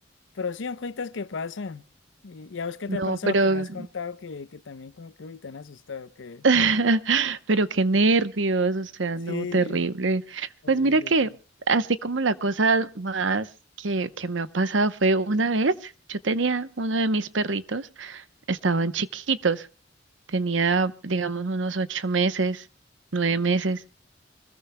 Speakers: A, on the left; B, on the right.
A: Pero sí, son cositas que pasan. ¿Y, y a vos qué
B: No,
A: te ha pasado?
B: pero,
A: Que me has contado que, que también como que uy, te han asustado, que...
B: <laughs> pero qué nervios, o sea,
A: Sí,
B: no, terrible.
A: Horrible,
B: Pues mira que
A: sí.
B: así como la cosa más que, que me ha pasado fue una vez, yo tenía uno de mis perritos, estaban chiquitos, tenía, digamos, unos ocho meses, nueve meses.